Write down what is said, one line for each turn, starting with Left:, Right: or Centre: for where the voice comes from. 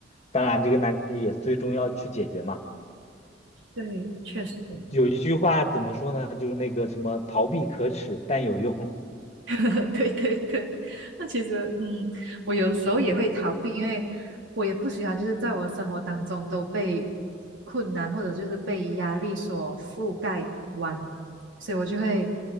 Left: 当然这个难题也最终要去解决嘛。
Right: 对，确实，
Left: 有一句话怎么说呢？就是那个什么逃避可耻但有用，
Right: <laughs> 对对对，那其实，嗯，我有时候也会逃避，因为我也不喜欢，就是在我的生活当中都被困难或者就是被压力所覆盖完，所以我就会